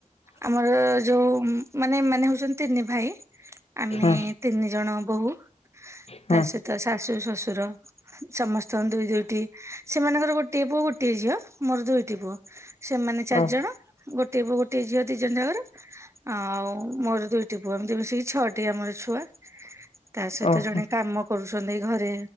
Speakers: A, on the right (about 20°); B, on the left (about 50°).
A: ଆମର ଯୋଉ ମାନେ ମାନେ ହଉଛନ୍ତି ତିନି ଭାଇ ଆମେ
B: ହୁଁ
A: ତିନି ଜଣ ବୋହୂ
B: ହୁଁ
A: ତା ସହିତ ଶାଶୁ ଶ୍ଶୁର ସମସ୍ତଙ୍କ ଦୁଇ ଦୁଇଟି ସେମାନଙ୍କର ଗୋଟିଏ ପୁଅ ଗୋଟିଏ ଝିଅ ମୋର ଦୁଇଟି ପୁଅ ସେମାନେ ଚାରିଜଣ
B: ଓ
A: ଗୋଟେ ପୁଅ ଗୋଟେ ଝିଅ ଦି ଜଣ ଜାଙ୍କର ଆଉ ମୋର ଦୁଇଟି ପୁଅ ଏମତି ମିସିକି ଛଅଟି ଆମର ଛୁଆ ତା ସହିତ
B: ଓହୋ
A: ଜଣେ କାମ କରୁଛନ୍ତି ଘରେ